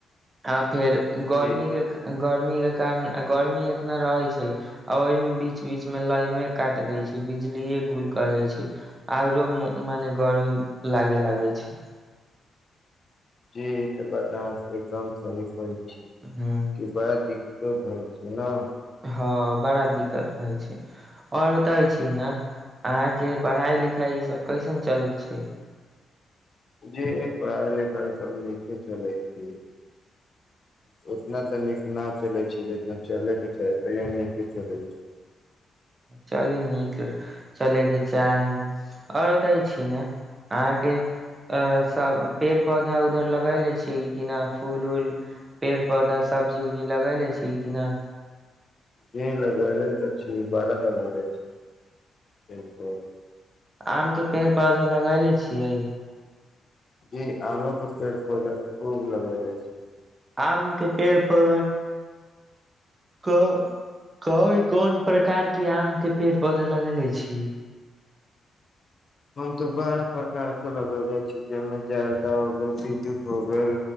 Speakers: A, on the right (about 20°); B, on the left (about 35°).
A: आ फेर गर्मी
B: जी
A: के गर्मी के कारण आ गर्मी इतना रहैय छइ आ ओहि में बीच बीच में लाइने काट दे छै बिजलीे गुल कर दैइ छै आउरो मने गर्मी लागे लागै छै
B: जी ई तऽ बात अहाँ एकदम सही कहै छी कि
A: ह
B: ब किछो भइ छै नऽ
A: हँ बड़ा दिक्कत भइ छैइ ओर बताइ छी न अहा के पढ़ाई लिखाई ई सब कैसन चल छै
B: जी एक पढ़ाई लिखाई सब निके चले छी
A: <inaudible>
B: उतना तऽ नीक ना चले छै जितना चले के चाही तैयो नीक चले छै
A: चली नीक चलै के चाही ओर बताई छी न अहाँके अ सब पेड़ पौधा उधर लगाए ले छी कि ना फूल ऊल पेड़ पौधा सब्जी उब्जी लगाय ले छी कि नऽ
B: जी लगले तऽ छी बारा लगेले छी पेड़ पौधा
A: आम के पेड़ पौधा लगैेले छियै
B: जी आमो के पेड़ पौधा खूब लगैले छीय
A: आम के पेड़ पर कऽ कई कोन प्रकार के आम के पेड़ पौधा लगेेले छी
B: हम तो बड़ा प्रकार के लगेेले छी जाय में जर्दा हो गेल बीजू हो गेल